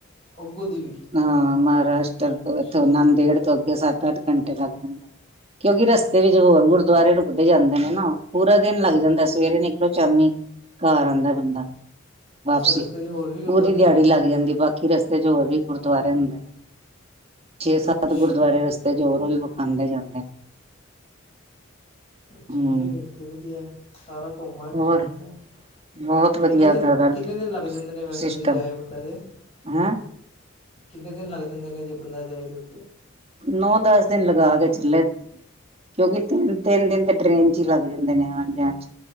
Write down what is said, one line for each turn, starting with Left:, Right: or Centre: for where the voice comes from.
Left: ਅੱਗੋਂ ਦੀ ਵੀ
Right: ਹਾਂ ਮਹਾਰਾਸ਼ਟਰ ਤੋਂ
Left: ਅੱਛਾ
Right: ਇਥੋ
Left: ਜੀ
Right: ਨਾਂਦੇੜ ਤੋਂ ਅੱਗੇ ਸੱਤ-ਅੱਠ ਘੰਟੇ ਲੱਗ ਜਾਂਦੇ ਆ ਕੇਓਂਕੇ ਰਸਤੇ ਵਿੱਚ ਹੋਰ ਗੁਰਦੁਆਰੇ ਰੁਕਦੇ ਜਾਂਦੇ ਨੇ ਨਾ ਓ। ਪੂਰਾ ਦਿਨ ਲੱਗ ਜਾਂਦਾ ਸਵੇਰੇ ਨਿਕਲੋ ਸ਼ਾਮੀ ਘਰ ਆਂਦੈ ਬੰਦਾ, ਵਾਪਸੀ
Left: ਅੱਛਾ ਰਸਤੇ 'ਚ ਹੋਰ ਵੀ ਗੁਰਦੁਆਰੇ
Right: ਪੂਰੀ ਦਿਆੜੀ
Left: ਹੈਗੇ ਉੱਥੇ
Right: ਲੱਗ ਜਾਂਦੀ ਬਾਕੀ ਰ ਤੇ ਹੋਰ ਵੀ ਗੁਰਦੁਆਰੇ ਹੁੰਦੇ ਨੇ। ਛੇ ਸੱਤ
Left: ਅੱਛਾ
Right: ਗੁਰਦੁਆਰੇ ਰਸਤੇ ਚ ਹੋਰ ਵੀ ਵਿਖਾਦੇ ਜਾਂਦੇ ਨੇ
Left: ਠੀਕ
Right: ਹਮ
Left: ਹੈ ਫਿਰ ਤਾਂ ਵਧੀਆ ਸਾਰਾ ਘੁੰਮ ਆਏ ਤੁਸੀਂ
Right: ਹੋਰ
Left: ਉੱਥੇ
Right: ਬਹੁਤ ਵਧੀਆ
Left: ਕਿੰਨੇ ਦਿਨ
Right: ਦਾਦਾ
Left: ਕਿੰਨੇ ਦਿਨ ਲੱਗ ਜਾਂਦੇ ਨੇ ਵੈਸੇ
Right: ਸਿਸਟਮ
Left: ਜੇ ਜਾਏ ਬੰਦਾ ਜੇ
Right: ਹੈਂ
Left: ਕਿੰਨੇ ਦਿਨ ਲੱਗ ਜਾਂਦੇ ਨੇ ਜੇ ਬੰਦਾ ਜਾਏ ਓਥੇ
Right: ਨੌ-ਦਸ ਦਿਨ ਲਗਾ ਕੇ ਚੱਲੇ, ਕੇਓਂਕਿ ਤਿੰਨ ਤਿੰਨ ਦਿਨ ਤੇ ਟਰੇਨ ਚ ਈ ਲੱਗ ਜਾਂਦੇ ਨੇ ਆਨ-ਜਾਨ ਚ।